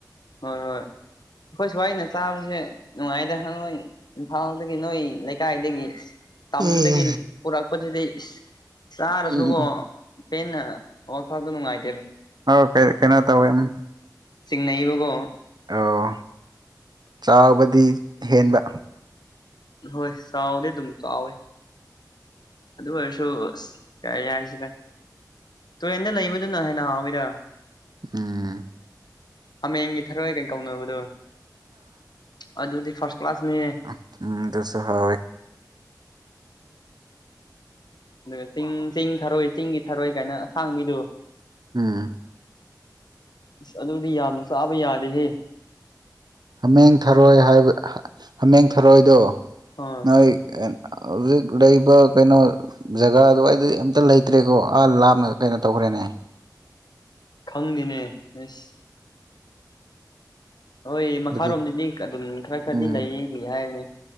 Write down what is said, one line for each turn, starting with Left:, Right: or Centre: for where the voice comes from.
Left: ꯍꯣꯏ ꯍꯣꯏ ꯑꯩꯈꯣꯏ ꯁ꯭ꯋꯥꯏꯅ ꯆꯥꯕꯁꯦ ꯅꯨꯡꯉꯥꯏꯗ ꯅꯣꯏ ꯏꯝꯐꯥꯜꯗꯒꯤ ꯅꯣꯏ ꯂꯩꯀꯥꯏꯗꯒꯤ ꯇꯝꯗꯒꯤ
Right: ꯎꯝ
Left: ꯄꯨꯔꯛꯄꯁꯤꯗꯤ ꯏꯁ ꯆꯥꯔꯁꯨꯀꯣ
Right: ꯎꯝ
Left: ꯄꯦꯟꯅ ꯐꯥꯕ ꯅꯨꯡꯉꯥꯏ
Right: ꯑꯥꯎ ꯀꯩ ꯀꯩꯅꫭ ꯇꯧꯑꯦ ꯎꯝ
Left: ꯅꯩꯕꯒꯣ
Right: ꯑꯣ ꯆꯥꯎꯕꯗꯤ ꯍꯦꯟꯕ
Left: ꯍꯣꯏ ꯆꯥꯎꯗꯤ ꯑꯗꯨꯝ ꯆꯥꯎꯋꯦ ꯑꯗꯨ ꯑꯣꯏꯔꯁꯨ ꯑꯁ ꯀꯩ ꯍꯥꯏꯁꯤꯔ ꯇꯨꯔꯦꯟꯗ ꯂꯩꯕꯗꯨꯅ ꯍꯦꯟꯅ ꯍꯥꯎꯋꯤꯗ
Right: ꯎꯝ
Left: ꯍꯥꯃꯦꯡꯒꯤ ꯊꯔꯑꯣꯏ ꯀꯩꯅ ꯀꯧꯅꯕꯗꯣ ꯑꯗꯨꯗꯤ ꯐꯥꯔꯁ ꯀ꯭ꯂꯥꯁꯅꯦ
Right: ꯑ ꯎꯝ ꯇꯁꯨ ꯍ
Left: ꯑꯗꯨꯒ ꯆꯤꯡ ꯆꯤꯡ ꯊꯔꯣꯏ ꯆꯤꯡꯒꯤ ꯊꯔꯣꯏ ꯀꯥꯏꯅ ꯑꯁꯥꯡ ꯃꯤꯗꯨ
Right: ꯎꯝ
Left: ꯑꯁ ꯑꯗꯨꯗꯤ ꯌꯥꯝꯅ ꯆꯥꯕ ꯌꯥꯔꯦꯍꯦ
Right: ꯍꯥꯃꯦꯡ ꯊꯔꯣꯏ ꯍꯥꯏꯕ ꯍꯥꯃꯦꯡ ꯊꯔꯣꯏꯗꯣ
Left: ꯑ
Right: ꯅꯣꯏ ꯍꯧꯖꯤꯛ ꯂꯩꯕ ꯀꯩꯅꯣ ꯖꯒꯥ ꯑꯗꯨꯋꯥꯗꯤ ꯑꯝꯇ ꯂꯩꯇ꯭ꯔꯦꯀꯣ ꯑꯥ ꯂꯥꯞꯅ ꯀꯩꯅꯣ ꯇꯧꯈ꯭ꯔꯦ ꯅꯦ
Left: ꯈꯪꯗꯤꯅꯦꯁ ꯍꯣꯏ ꯃꯈꯥꯔꯣꯝꯗꯗꯤ
Right: ꯍꯥꯏꯗꯤ
Left: ꯑꯗꯨꯝ ꯈꯔ ꯈꯔꯗꯤ
Right: ꯎꯝ
Left: ꯂꯩꯗꯤ ꯍꯥꯏꯕꯅꯦ